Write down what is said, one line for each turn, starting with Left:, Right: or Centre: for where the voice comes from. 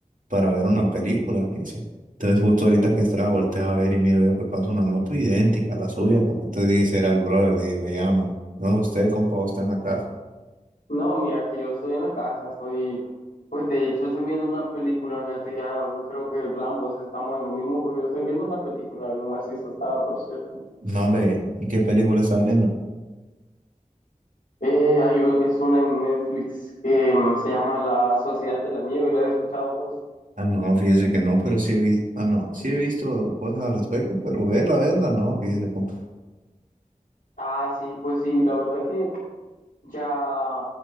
Right: para ver una película, fíjese. Entonces, justo ahorita que estaba, volteé a ver y miro yo que pasa una moto idéntica a la suya, compa. Entonces dije, será el brother, dije, le llamo. No, usted, compa, ¿usted está en la casa.
Left: No, mira que yo estoy en la casa, estoy, pues de hecho estoy viendo una película, fíjate, ya creo que ambos estamos en lo mismo porque yo estoy viendo una película bien macizo, estaba, por cierto.
Right: No, hombre, ¿y qué película está viendo?
Left: Eh, hay un- es una en Netflix que mm, se llama La Sociedad de la Nieve, ¿la has escuchado vos?
Right: Ah, no, fíjese que no, pero sí he visto, ah, no, sí he visto cosas al respecto, pero verla, verla, no, fíjese, compa.
Left: Ah, sí, pues sí, la verdad que ya,